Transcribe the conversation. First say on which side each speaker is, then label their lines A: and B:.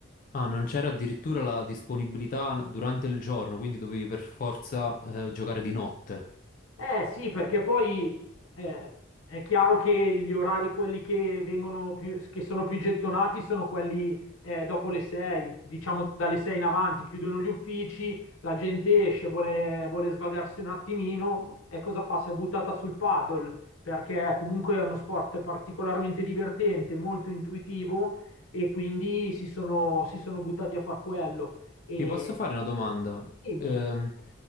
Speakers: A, on the left; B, on the left.
A: Ah, non c'era addirittura la disponibilità durante il giorno, quindi dovevi per forza eh, giocare di notte.
B: Eh sì, perché poi eh, è chiaro che gli orari, quelli che vengono più, che sono più gettonati, sono quelli eh, dopo le 6, diciamo dalle 6 in avanti, chiudono gli uffici, la gente esce, vuole, vuole svagarsi un attimino e cosa fa? Si è buttata sul paddle, perché comunque è uno sport particolarmente divertente, molto intuitivo e quindi si sono, si sono buttati a far quello. E,
A: Ti posso fare una domanda?
B: dimmi.
A: Ehm,